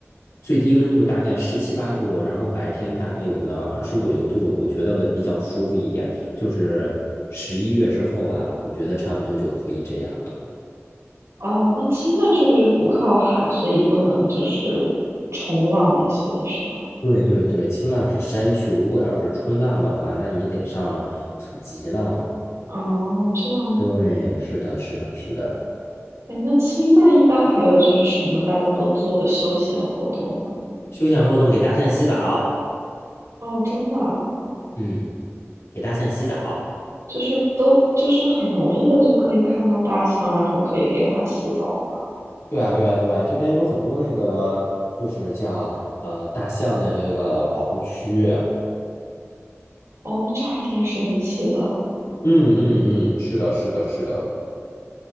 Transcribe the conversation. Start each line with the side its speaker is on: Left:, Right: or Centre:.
Left: 最低温度大概十七八度，然后白天大概有个二十五六度，我觉得比较舒服一点，就是十一月之后吧，我觉得差不多就可以这样了。
Right: 哦，那清迈是不是不靠海，所以不能就是冲浪那些的，是吗？
Left: 对对对，清浪是山区，如果要是冲浪的话，那你得上普吉了。
Right: 哦，这样
Left: 对，是的，是的，是的。
Right: 哎，那清迈一般还有就是什么大家都做的休闲活动吗？
Left: 休闲活动给大象洗澡，
Right: 哦，真的啊
Left: 嗯。给大象洗澡。
Right: 就是都就是很容易的就可以看到大象，然后可以给它洗澡吗？
Left: 对啊，对啊，对啊，这边有很多那个，就是叫呃大象的这个保护区。嗯
Right: 哦，那这还挺神奇的。
Left: 嗯嗯，是的，是的，是的，